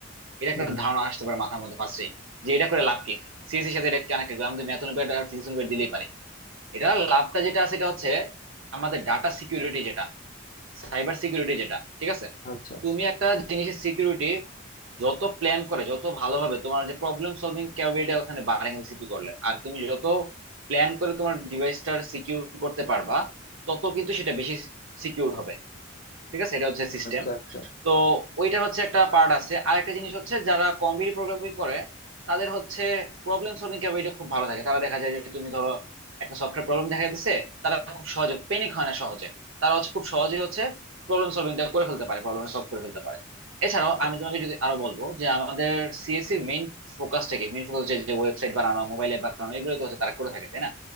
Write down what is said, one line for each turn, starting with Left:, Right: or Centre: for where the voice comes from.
Right: এটা একটা
Left: হুম হুম।
Right: ধারণা আসতে পারে মাথার মধ্যে ফার্স্টেই যে এটা করে লাভ কি সিএসসির সাথে এটা কানেক্টেড আমি তো ম্যাথ অলিম্পিয়াড আর ফিজিক্স অলিম্পিয়াড দিলেই পারি এটা লাভটা যেটা আছে সেটা হচ্ছে আমাদের ডাটা সিকিউরিটি যেটা সাইবার সিকিউরিটি যেটা ঠিক আছে
Left: আচ্ছা আচ্ছা
Right: তুমি একটা জিনিসের সিকিউরিটি যত প্ল্যান করে যত ভালোভাবে তোমার যে প্রবলেম সলভিং ক্যাপাবিলিটি ওখানে বাড়ে কিন্তু সিপি করলে আর তুমি যত প্ল্যান করে তোমার ডিভাইসটার সিকিউর করতে পারবা তত কিন্তু সেটা বেশি সিকিউর হবে ঠিক আছে এটা হচ্ছে সিস্টেম
Left: আচ্ছা আচ্ছা
Right: তো ওইটার হচ্ছে একটা পার্ট আছে আরেকটা জিনিস হচ্ছে যারা কম্পিটিটিভ প্রোগ্রামিং করে তাদের হচ্ছে প্রবলেম সলভিং ক্যাপাবিলিটি খুব ভালো থাকে তারা দেখা যায় যে তুমি ধরো একটা সফটওয়্যার প্রবলেম দেখা দিচ্ছে তারা খুব সহজে প্যানিক হয় না সহজে তারা হচ্ছে খুব সহজেই হচ্ছে প্রবলেম সলভিংটা করে ফেলতে পারে প্রবলেমটা সলভ করে ফেলতে পারে এছাড়াও আমি তোমাকে যদি আরো বলবো যে আমাদের সিএসসি মেইন ফোকাসটা কি মেইন ফোকাস যে ওয়েবসাইট বানানো মোবাইল অ্যাপ বানানো এগুলো তো হচ্ছে তারা করে থাকে তাই না